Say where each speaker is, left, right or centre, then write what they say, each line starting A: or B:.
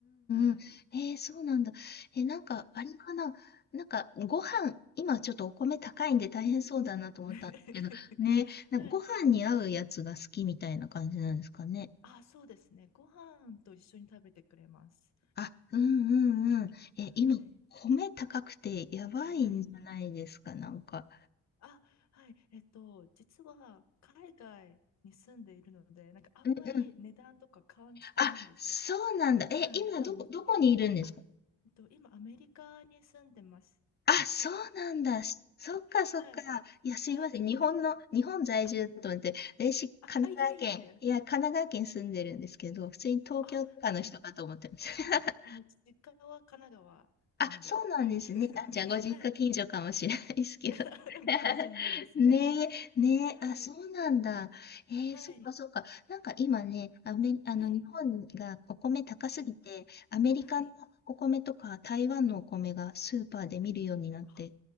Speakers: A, on the left; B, on the left.
A: はい。
B: んうん。えー、そうなんだ。えー、なんか、
A: はい。
B: あれかな。なんか、ご飯、今ちょっとお米高いんで大変そうだなと思ったんですけど、
A: <laughs>
B: ね、なんかご飯に合うやつが好きみたいな感じなんですかね。
A: はい。あ、そうですね。ご飯と一緒に食べてくれます。
B: あ、うんうんうん。えー、
A: はい。
B: 今、米高くてやばいんじゃないですか、
A: はい。
B: なんか。
A: あ、はい。えっと、実は海外に住んでいるので、なんかあんまり値段とか感じてないんですよ。
B: うんうん。あ、そうなんだ。
A: ははい。
B: えー、今どこ、
A: 多分もっと、
B: どこにいるんですか
A: あ、えっと、今アメリカに住んでます。
B: あ、そうなんだ。しそっかそっか。
A: はい。
B: いや、すいません。
A: はい。
B: 日本の、日本在住だと思って、
A: あ、
B: 私、
A: あ、
B: 神奈川県、
A: あ、いやいやいや。
B: いや、神奈川県住んでるんですけど、普通に東京とかの人かと思ってました。
A: あ、はい。あ、いやもう実家は神奈川なので。
B: <laughs> あ、そうなんですね。
A: <laughs>
B: あ、じゃあ、ご実家近所かもしれないですけど。
A: はい。<laughs>
B: <laughs>
A: かもしれないですね。
B: ねえ、ねえ、
A: はい。
B: あ、そうなんだ。えー、
A: はい。
B: そっかそっか。なんか今ね、アメ、あの、
A: はい。
B: 日本がお米高すぎて、
A: はい。
B: アメリカのお米とか台湾のお米がスーパーで見るようになって、
A: はい。あ、